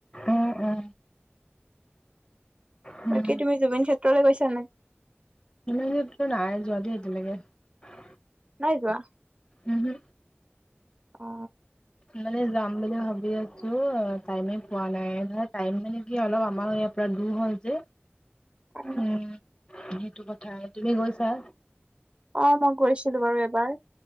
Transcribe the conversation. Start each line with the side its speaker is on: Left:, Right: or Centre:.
Left: অ অ অ উম।
Right: বাকী তুমি জুবিন ক্ষেত্ৰলৈ গৈছা নাই?
Left: নাই যোৱা দ এতিয়ালৈকে <unintelligible>
Right: নাইযোৱা?
Left: উহো।
Right: অ
Left: মানে যাম বুলি ভাবি আছো টাইমে পোৱা নাই টাইম মানে কি অলপ আমাৰ ইয়াৰ পৰা হয় যে
Right: অ
Left: উম সেইটো কথা তুমি গৈছা?
Right: অ মই গৈছিলো বাৰু এবাৰ